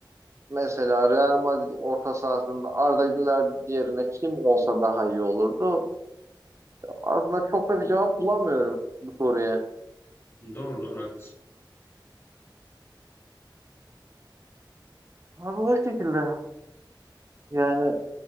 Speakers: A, on the right; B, on the left.
A: mesela Real Madrid orta sahasında Arda Güler yerine kim olsa daha iyi olurdu. Aslında çok da bir cevap bulamıyorum bu soruya.
B: Doğru, doğru haklısın.
A: Abi o şekilde. Yani